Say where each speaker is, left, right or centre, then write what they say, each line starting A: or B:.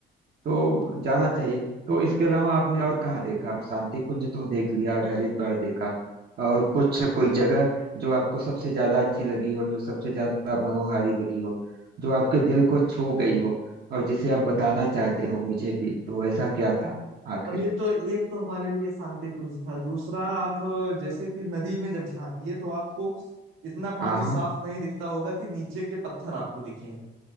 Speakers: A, on the right; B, on the right.
A: तो जाना चाहिए तो इसके अलावा आपने और कहाँ देखा शांति कुंज तो देख लिया और हरिद्वार देखा और कुछ कोई जगह जो आपको सबसे ज्यादा अच्छी लगी हो जो सबसे ज्यादा मनोहारी लगी हो जो आपके दिल को छू गई हो और जिसे आप बताना चाहते हो मुझे भी तो ऐसा क्या था आखिर
B: अब ये तो एक तो हमारे लिए शांति कुंज था दूसरा आप जैसे कि नदी में जब झांकिए तो आपको इतना पानी
A: हाँ हाँ
B: साफ नहीं दिखता होगा कि नीचे के पत्थर आपको दिखें